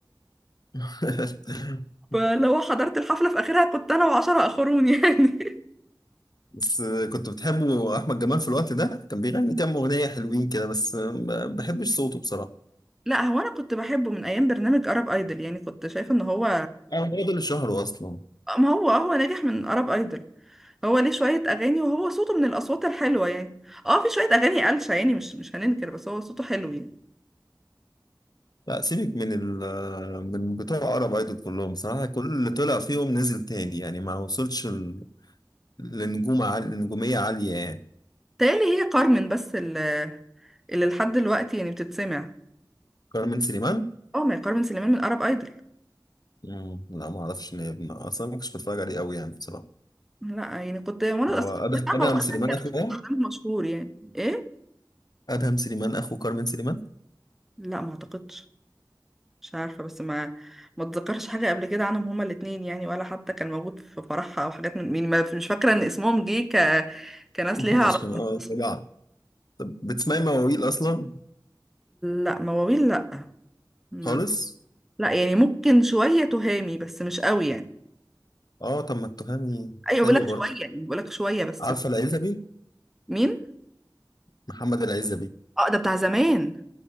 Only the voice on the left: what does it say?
<laughs>
بس كنت بتحبه احمد جمال في الوقت ده كان بيغني كام اغنيه حلوين كده بس ما بحبش صوته بصراحه
اه هو ده اللي شهره اصلا
لا سيبك من ال من بتوع عرب ايدول كلهم بصراحه كل اللي طلع فيهم نزل تاني يعني ما وصلش ال- لنجوم عالية نجوميه عاليه يعني
كارمن سليمان
مم، لا ما اعرفش ان هي ابن اصلا ما كنتش بتفرج عليه قوي يعني بصراحه
وادهم
سليمان
اخوه
ادهم سليمان اخو كارمن سليمان <laughs>
ده
عشان اه
طلع طب بتسمعي مواويل اصلا
خالص
اه طب ما التهامي
حلو
برضه
عارفه العزبي
محمد العزبي